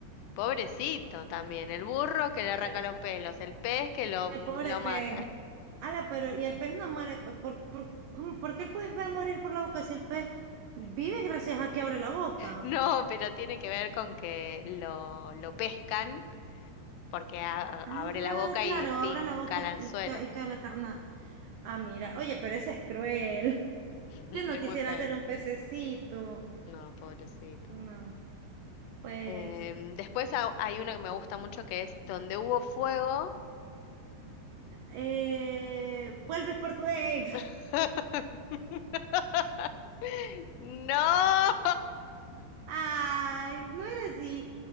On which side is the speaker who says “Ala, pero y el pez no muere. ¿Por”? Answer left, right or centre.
Right